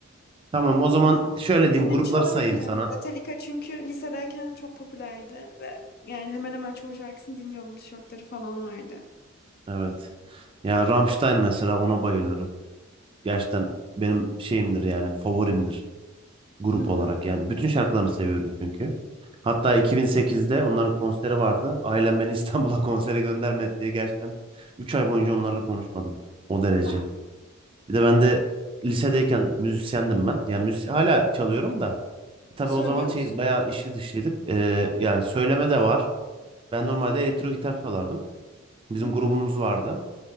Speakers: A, on the right (about 25°); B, on the left (about 50°).
A: tamam o zaman
B: Ama
A: şöyle diyeyim
B: dinlemiş
A: grupları
B: olabilirim.
A: sayayım sana.
B: Metallica çünkü lisedeyken çok popülerdi ve yani hemen hemen çoğu şarkısını dinliyordum. Tişörtleri falan vardı.
A: Evet. Ya Rammstein mesela ona bayılırım. Gerçekten benim şeyimdir yani favorimdir grup
B: Hı
A: olarak
B: hı.
A: yani. Bütün şarkılarını seviyorum çünkü. Hatta 2008'de onların konseri vardı. Ailem beni İstanbul'a <laughs> konsere göndermedi diye gerçekten 3 ay boyunca onlarla konuşmadım. O derece.
B: Ah,
A: Bir de ben de lisedeyken müzisyendim ben. Yani müzis hala çalıyorum da. Tabii
B: söylüyor
A: o zaman şey
B: musun
A: bayağı
B: peki?
A: işli dışlıydık. Ee, yani söyleme de var. Ben normalde elektro gitar çalardım. Bizim
B: Hı
A: grubumuz
B: hı.
A: vardı.